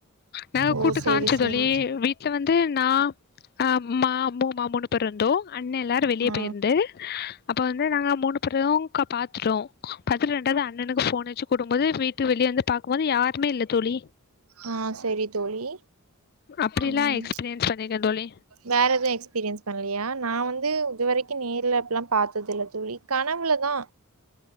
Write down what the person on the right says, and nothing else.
ஓ!
சரி,
சரி.
ஆ,
ஆ சரி தோழி.
ம்
வேற எதுவு எக்ஸ்பீரியன்ஸ் பண்லியா நா வந்து இதுவரைக்கு நேர்ல அப்டிலா பாத்தது இல்ல தோழி கனவுலதா